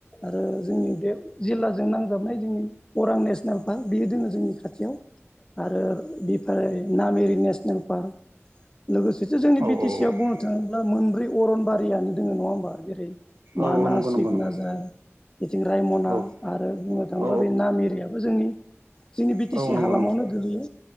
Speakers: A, on the left; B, on the right.
A: आरो जोंनि बे जिल्लाजों नांजाबनाय जोंनि अरां नेसनेल पार्क बेयो दोङो जोंनि खाथियाव आरो बेफ्राय नामेरि नेसनेल पार्क लोगोसे से जोंनि
B: औ
A: बि टि
B: औ
A: सि आव बुंनो थाङोब्ला मोनब्रै अरनबारियानो दोङो नङा होमबा जेरै मानास,
B: औ नंगौ नंगौ
A: सिकनाझार
B: नंगौ
A: बेथिं रायमना
B: औ
A: आरो बुंनो थाङोबा
B: औ
A: बे नामेरियाबो जोंनि जोंनि बि टि
B: औ
A: सि
B: नंगौ
A: हालामावनो
B: नंगौ
A: गोलैयो।